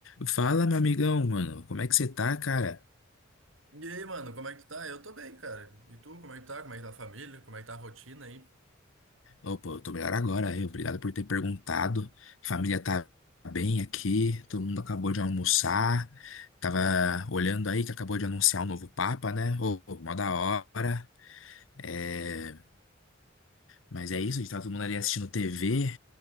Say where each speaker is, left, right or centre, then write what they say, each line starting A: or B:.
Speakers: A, on the left; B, on the right.
A: Fala, meu amigão, mano. Como é que você tá, cara?
B: E aí, mano, como é que tu tá? Eu tô bem, cara. E tu, como é que tá? Como é que tá a família? Como é que tá a rotina aí?
A: Ô, pô, eu tô melhor agora. aí. Obrigado por ter perguntado. Família tá bem aqui. Todo mundo acabou de almoçar. Tava olhando aí que acabou de anunciar o novo Papa, né? Ô, ô, mó da hora. É... Mas é isso, a gente tá todo mundo ali assistindo TV.